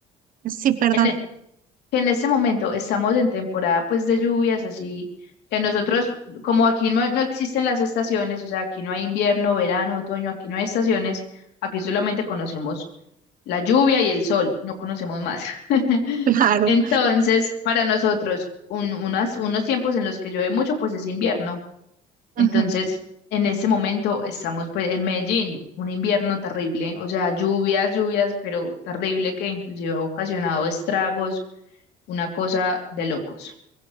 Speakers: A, on the right (about 55°); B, on the left (about 80°).
A: sí, perdón,
B: e, que en este momento estamos en temporada pues de lluvias, así que nosotros, como aquí no, no existen las estaciones, o sea, aquí no hay invierno, verano, otoño, aquí no hay estaciones, aquí solamente conocemos la lluvia y el sol, no conocemos más. <laughs>
A: <laughs>
B: Entonces,
A: claro.
B: para nosotros, un- unas, unos tiempos en los que llueve mucho, pues es invierno. Entonces,
A: Ujú.
B: en este momento estamos pues en Medellín, un invierno terrible, o sea, lluvias, lluvias, pero terrible que inclusive ha ocasionado estragos una cosa de locos.